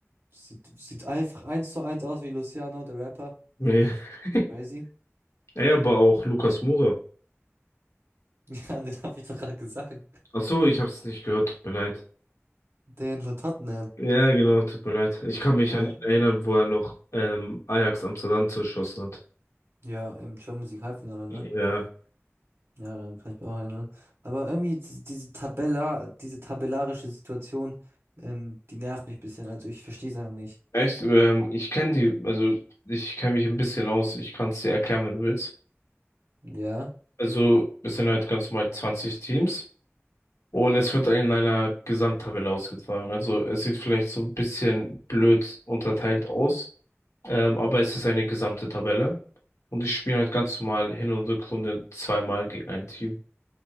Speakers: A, on the right (about 60°); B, on the left (about 80°).
A: sieht, sieht einfach eins zu eins aus wie Luciano, der Rapper.
B: Nee. <laughs>
A: Crazy. <laughs>
B: Ey, aber auch Lukas Moura.
A: Ja, den habe ich doch gerade gesagt.
B: Ach so, ich hab's nicht gehört, tut mir leid.
A: Den von Tottenham.
B: Ja, genau, tut mir leid. Ich kann mich
A: Ja.
B: an ihn erinnern, wo er noch ähm, Ajax Amsterdam zerschossen hat.
A: Ja, im Champions League Halbfinale, ne?
B: Ja.
A: Ja, daran kann ich mich auch erinnern. Aber irgendwie diese, diese Tabella, diese tabellarische Situation, ähm, die nervt mich ein bisschen. Also ich verstehe es einfach nicht.
B: Echt? Ähm, ich kenne die, also ich kenne mich ein bisschen aus. Ich kann es dir erklären, wenn du willst.
A: Ja.
B: Also es sind halt ganz normal 20 Teams und es wird in einer Gesamttabelle ausgetragen. Also es sieht vielleicht so ein bisschen blöd unterteilt aus, ähm, aber es ist eine gesamte Tabelle. Und ich spiele halt ganz normal Hin- und Rückrunde zweimal gegen ein Team.